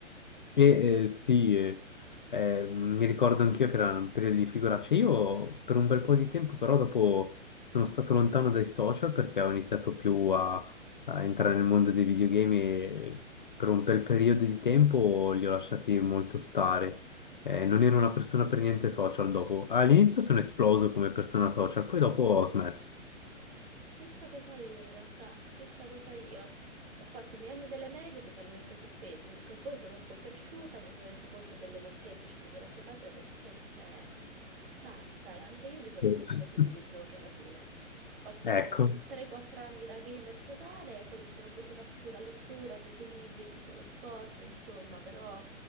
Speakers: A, on the left; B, on the right.
A: E eh, sì, eh, eh, mi ricordo anch'io che era un periodo di figuracce. Io per un bel po' di tempo, però, dopo sono stato lontano dai social perché ho iniziato più a, a entrare nel mondo dei videogame e per un bel periodo di tempo li ho lasciati molto stare. Eh, non ero una persona per niente social dopo. All'inizio sono esploso come persona social, poi dopo ho smesso.
B: Stessa cosa io, in realtà, stessa cosa io. Ho fatto i miei anni delle medie totalmente su Facebook, poi sono un po' cresciuta, mi sono resa conto delle molteplici figuracce fatte e ho detto, sai che c'è? Basta, e anche io mi sono
A: <laughs>
B: buttata sui videogiochi alla fine. Ho fatto
A: Ecco,
B: un 3-4 anni da gamer totale, e poi mi sono buttata più sulla lettura, più sui libri, più sullo sport, insomma, però